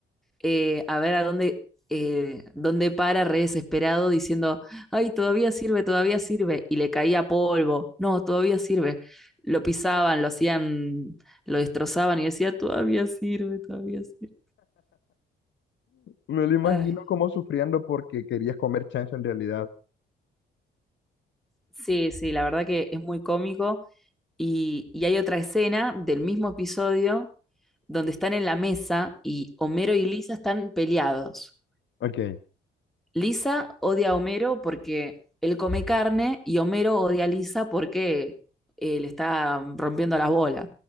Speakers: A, in the centre; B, on the left (about 65°).
A: eh, a ver a dónde, eh, dónde para, re desesperado, diciendo, ay, todavía sirve, todavía sirve, y le caía polvo, no, todavía sirve. Lo pisaban, lo hacían, lo destrozaban y decía, todavía sirve, todavía sirve.
B: Me lo imagino
A: Ay,
B: como sufriendo porque querías comer chancho en realidad.
A: sí, sí, la verdad que es muy cómico. Y, y hay otra escena del mismo episodio donde están en la mesa y Homero y Lisa están peleados.
B: Ok,
A: Lisa odia a Homero porque él come carne y Homero odia a Lisa porque eh, le está rompiendo las bolas.